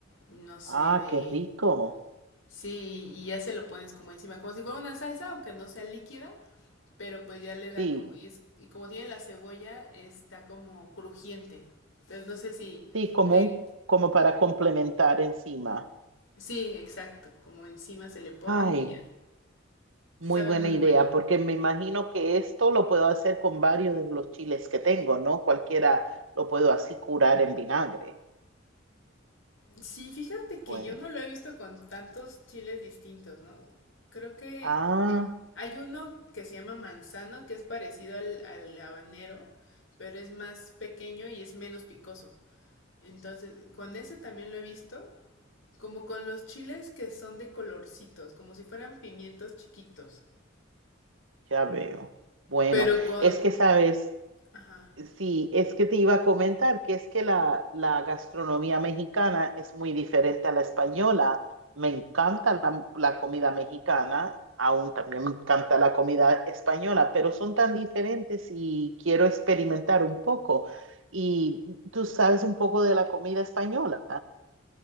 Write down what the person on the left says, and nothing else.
no sé,
de...
Sí, y ya se lo pones como encima, como si fuera una salsa, aunque no sea líquida, pero pues ya le da
como, y, es, y como tiene la cebolla, está como crujiente. Entonces no sé si...
¿Te,
Sí, exacto, como encima se le pone
y ya. Sabe
muy
bueno.
Sí, fíjate que
yo no lo he visto con tantos chiles distintos, ¿no? Creo que
eh, hay uno que se llama manzano, que es parecido al, al habanero, pero es más pequeño y es menos picoso. Entonces, con ese también lo he visto, como con los chiles que son de colorcitos, como si fueran pimientos chiquitos,
pero con...
Ajá.